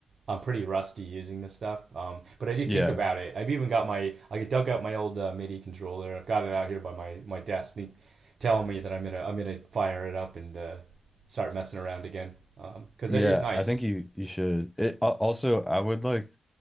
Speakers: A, on the right (about 60°); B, in the centre.
A: I'm pretty rusty using this stuff. Um, but I do think
B: yeah,
A: about it. I've even got my I dug up my old uh, MIDI controller. I've got it out here by my my desk, think, telling me that I'm gonna I'm gonna fire it up and uh, start messing around again because
B: yeah.
A: that is nice.
B: I think you you should. It al- also I would like